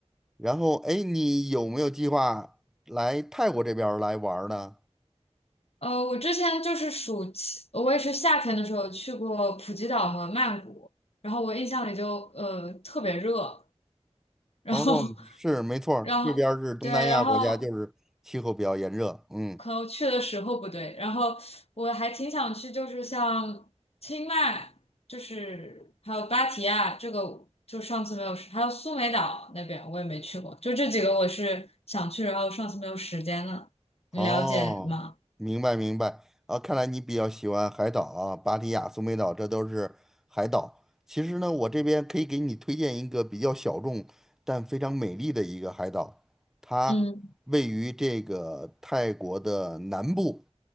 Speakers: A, in the centre; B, on the left.
A: 然后哎，你有没有计划来泰国这边儿来玩儿呢？
B: 呃，我之前就是暑期，我也是夏天的时候去过普吉岛和曼谷，然后我印象里就呃特别热，然后，
A: 哦，是没错儿这边儿是东南亚国家，
B: 然后，对，然后
A: 就是气候比较炎热。嗯，
B: 可能去的时候不对，然后我还挺想去，就是像清迈，就是还有芭提雅，这个就上次没有时还有苏梅岛那边我也没去过，就这几个我是想去，然后上次没有时间了，
A: 哦，
B: 你了解吗？
A: 明白明白。啊，看来你比较喜欢海岛啊，芭提雅、苏梅岛，这都是海岛。其实呢，我这边可以给你推荐一个比较小众但非常美丽的一个海岛，它位于这个泰国的南部
B: 嗯